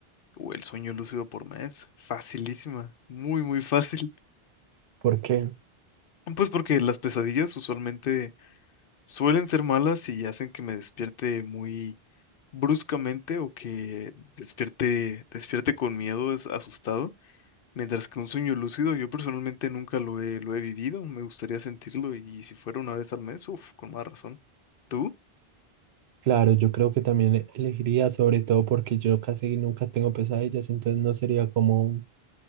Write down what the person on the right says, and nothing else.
¿Por qué?
Claro, yo creo que también elegiría, sobre todo porque yo casi nunca tengo pesadillas, entonces no sería como,